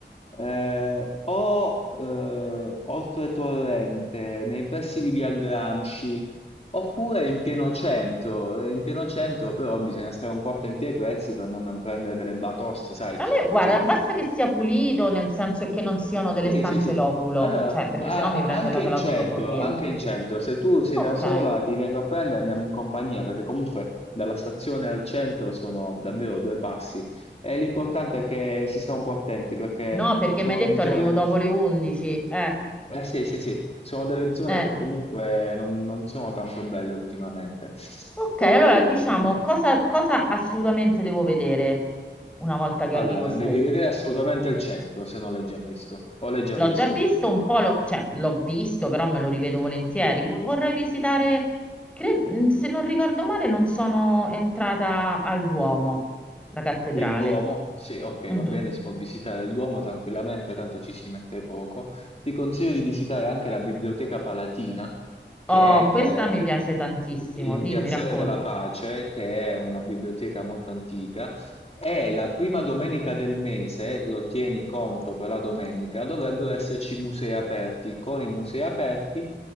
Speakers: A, on the left (about 35°); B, in the centre.
A: eh, o eh, oltre Torrente, nei pressi di Via Gramsci, oppure in pieno centro. Eh, In pieno centro però bisogna stare un po' attenti ai prezzi per non prendere delle batoste, sai,
B: A me, guarda,
A: insomma,
B: basta che sia pulito, nel senso che non siano
A: sì,
B: delle stanze
A: sì, sì.
B: loculo,
A: Allora,
B: cioè perché
A: a-
B: sennò mi prende
A: a- anche
B: la claustrofobia.
A: in centro, anche in centro, se tu sei
B: Ok.
A: da sola ti vengo a prendere, e andiamo in compagnia, perché comunque dalla stazione al centro sono davvero due passi. E l'importante è che si sta un po' attenti, perché
B: No, perché
A: sono
B: mi hai detto
A: zone,
B: arrivo dopo le 11. Eh,
A: eh sì, sì, sì, sono delle zone
B: eh.
A: che comunque non, non sono tanto belle ultimamente.
B: Ok,
A: Poi,
B: allora diciamo
A: eh,
B: cosa, cosa assolutamente devo vedere una volta che
A: allora,
B: arrivo su.
A: devi vedere assolutamente il centro, se non l'hai già visto, o l'hai già
B: L'ho
A: visto.
B: già visto un po', lo- cioè l'ho visto, però me lo rivedo volentieri. Vo- Vorrei visitare, cre- mm, se non ricordo male, non sono entrata al Duomo, la cattedrale.
A: Il Duomo, sì, ok,
B: Mhm.
A: va bene, si può visitare il Duomo tranquillamente, tanto ci si mette poco. Ti consiglio di visitare anche la Biblioteca Palatina, che
B: Oh,
A: è
B: questa mi piace tantissimo.
A: eh, in
B: Dimmi,
A: Piazzale
B: racconta.
A: della Pace, che è una biblioteca molto antica, e la prima domenica del mese, lo tieni conto per la domenica, dovrebbero esserci musei aperti. Con i musei aperti